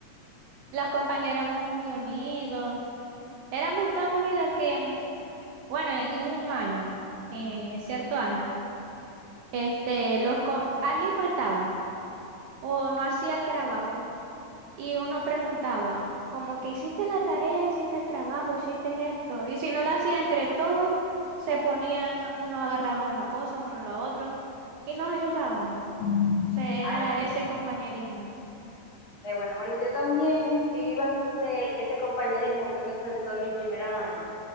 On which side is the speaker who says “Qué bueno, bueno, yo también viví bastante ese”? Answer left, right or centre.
Left